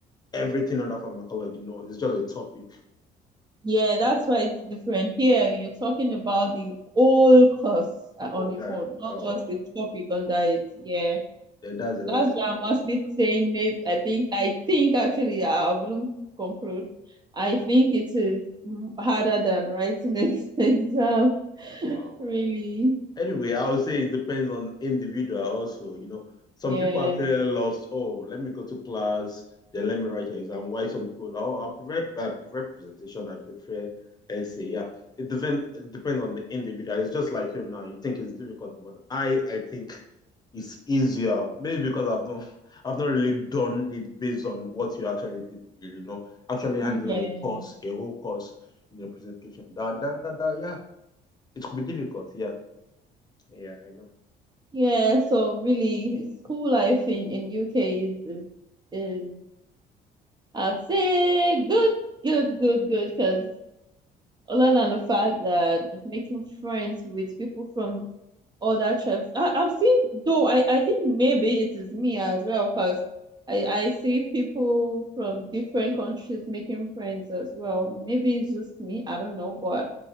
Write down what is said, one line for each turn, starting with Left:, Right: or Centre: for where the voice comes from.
Left: everything on that pharmacology. No, it's just a topic.
Right: Yeah, that's why it's different. Here, you're talking about the whole course uh, on
Left: Oh,
Right: its
Left: that,
Right: own, not
Left: oh,
Right: just the topic under it. Yeah,
Left: then that's a
Right: that's
Left: lot.
Right: why I'm actually saying. Maybe I think I think actually I wouldn't conclude. I think it is m- harder than writing ex <laughs> exam.
Left: Wow.
Right: Really,
Left: Anyway, I would say it depends on individual also. You know, some
Right: yeah,
Left: people actually lost, oh, let me go to class, then let me write an exam. Why some people, like, oh, I prefer I prefer presentation, I prefer essay. Yeah. It depend it depends on the individual. It's just like you now. You think it's difficult, but I I think it's easier. Maybe because I've not <laughs> I've not really done it based on what you actually did, you know, actually handling
Right: yeah,
Left: a course, a whole course in a presentation. That that that, that yeah, it could be difficult, yeah. Yeah, I know.
Right: yeah. So really, school life in in UK is is is I'd say good, good, good, good, because other than the fact that making friends with people from other tribes. I, I've seen though I, I think maybe it is me as well because I, I see people from different countries making friends as well. Maybe it's just me, I don't know, but